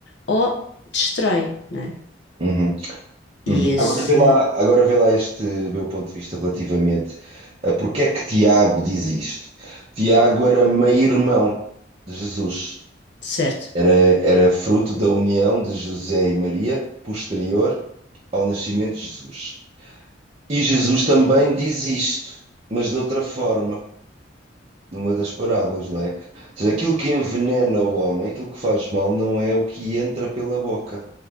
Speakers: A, on the left; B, on the right.
A: ou destroem, não é?
B: Uhum.
A: E
B: Uhum.
A: esse,
B: Agora vê lá, agora vê lá este meu ponto de vista relativamente a porque é que Tiago diz isto. Tiago era meio-irmão de Jesus,
A: certo,
B: era, era fruto da união de José e Maria posterior ao nascimento de Jesus. E Jesus também diz isto, mas de outra forma, numa das parábolas, não é? Ou seja, aquilo que envenena o homem, aquilo que faz mal, não é o que entra pela boca,